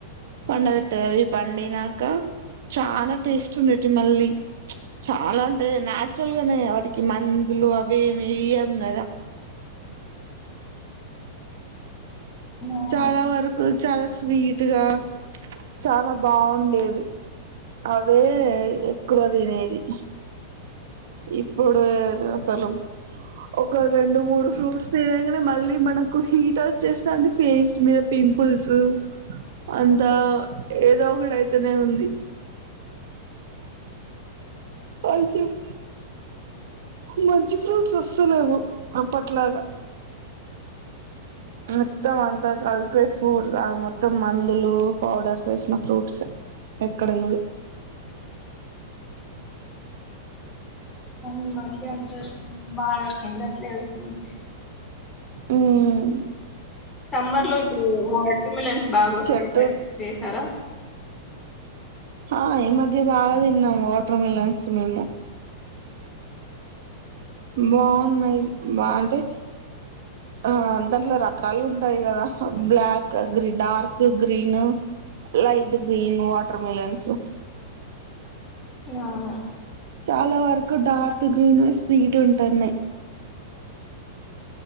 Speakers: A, on the right; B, on the left.
A: పండ పెట్టేది అవి పండినాక చాలా టేస్ట్ ఉండటి మళ్ళీ చాలా అంటే నాచురల్ గానే వాటికి మందులు అవి ఏమ్ వేయ్యం కదా
B: అవును
A: చాలా వర్కు చాలా స్వీట్గా చాలా బాగుండేది అవే ఎక్కువ తినేది ఇప్పుడు అసలు ఒక రెండు మూడు ఫ్రూట్స్ తిన్నగానీ మళ్ళీ మనకు హీట్ వచ్చెస్తాంది, ఫేస్ మీద పింపుల్స్ అంత ఏదో ఒకటి అయితేనే ఉంది. ఆన్ చేయ్ మంచి ఫ్రూట్స్ వస్తలేవు అప్పట్లాగా మొత్తం అంతా హైబ్రేట్ ఫ్రూట్స్ మొత్తం మందులు పౌడర్స్ వేసిన ఫ్రూట్స్ ఎక్కడ చూడి
B: ఇమధ్యంత బాగా ఉండట్లేదు ప్రూట్స్
A: మ్మ్
B: సమ్మర్ లో ఇప్పుడు వాటర్ మిలన్స్ బాగా వస్తాయి
A: చెట్టు
B: చేసారా
A: ఆ ఈ మధ్య బాగా తిన్నాము వాటర్ మిలన్స్ మేము బాగున్నాయి
B: అవును
A: అంటే ఆ దాంట్లో రకాలు ఉంటాయి కదా బ్లాక్ గ్రీ dark green light green watermelons
B: అవును
A: చాలా వరకు డార్క్ గ్రీన్ ఎ స్వీట్ ఉంటున్నాయి.